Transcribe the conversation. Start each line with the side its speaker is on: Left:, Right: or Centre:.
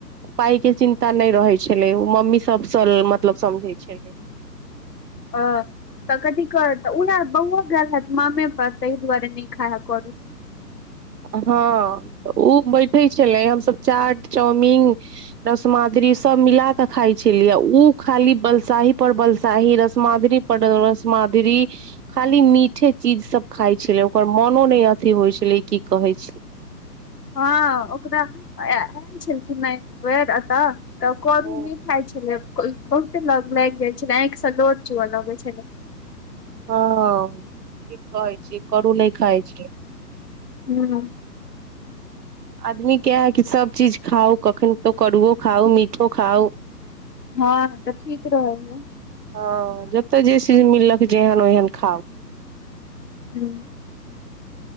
Right: पाइ के चिन्ता नहि रहै छलै ओ मम्मी सबसँ मतलब समझै छलै
Left: अ तऽ कथिकर उह बौओ ग हैत मामे पर ताहि दुआरे न खाया करय
Right: हँ तऽ ओ बैठे छलै हमसभ चाट चाउमिन रस मद्री सब मिला क खाइ छलियै ओ खाली बलसाही पर बलसाही रस माद्री प रसमाद्री खाली मीठे चीज सब खाइ छलै ओकर मनो नहि अथी होइ छलै की कहै छल
Left: हँ ओकरा आयल छै सुना एत त करू
Right: ओ
Left: खाइ छलै बहुते ल लागि जाइ छलै आँखि से लोर चुअ लगैत छलै
Right: हँ ठीक कहै छी करु नहि खाय छै
Left: हूँ
Right: आदमी क है कि सभ चीज खाउ कखन तो करुओ खाउ मीठो खाउ
Left: हँ तऽ ठीक रहल ह
Right: ह जतय जे चीज मिललक जेहन ओहन खाउ
Left: हूँ